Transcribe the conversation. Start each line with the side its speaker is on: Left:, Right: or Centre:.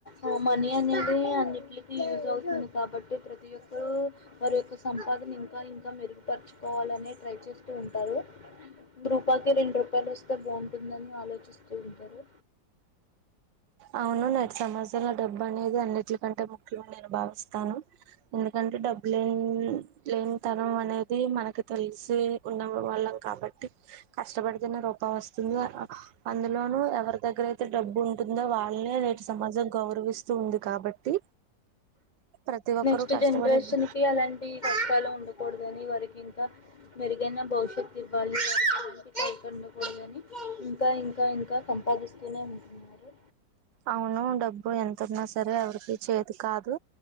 Left: ఆ మనీ అనేది అ ఇట్కి యూజ్ అవుతుంది కాబట్టి ప్రతి ఒక్కరుూ వారి యొక్క సంపాదన ఇంకా ఇంకా మెరుగుపరుచుకోవాలనే ట్రై చేస్తూ ఉంటారు రూపాకి రెండు రూపాయలు వస్తే బాగుంటుందని ఆలోచిస్తూ ఉంటారు
Right: అవును నేటి సమాజాంల డబ్బు అనేది అన్నింటికంటే ముఖ్యం నేను భావిస్తాను ఎందుకంటే లే న్ లేన్ తనం అనేది మనకు తెలిసి ఉన్న వాళ్ళం కాబట్టి కష్టపడితేనే రూపయీ వస్తుంది అందులోనుూ ఎవరి దగ్గర అయితే డబ్బు ఉంట ఉంటుంది వాళ్ళనే నేటి సమాజం గౌరవిస్తూ ఉంది కాబట్టి ప్రతి ఒక్కరూ
Left: నెక్స్ట్
Right: కష్టపడి
Left: జనరేషన్ కి అలాంటి కష్టాలు ఉండ కూడదని వారికి ఇంకా మెరుగైన భవిష్యత్తు ఇవ్వాలి వకు ఉండకూడదని ఇంకా ఇంకా ఇంకా సంపాదిస్తూనే ఉంటున్నారు
Right: అవును డబ్బు ఎంత ఉన్నా సరే ఎవరికి చేతి కాదు